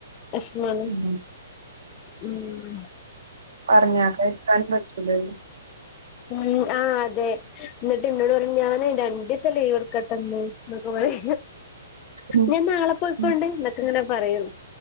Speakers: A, on the left (about 25°); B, on the right (about 60°).
A: വേസ്മാണ്
B: ഉം
A: ഉം
B: പറഞ്ഞാകേക്കാനും പറ്റൂലല്ലോ
A: ഉം ആ അതെ ന്നിട്ട് ഇന്നോട് പറിം ഞാന് രണ്ടിസം ലീവ്ട്ക്കട്ടെ മ്മാ എന്നൊക്കെ പറിം
B: ഉം
A: ഞാൻ നാളെ പൊയ്ക്കോണ്ട്
B: ഉം
A: ന്ന്ട്ട്ങ്ങനെ പറയും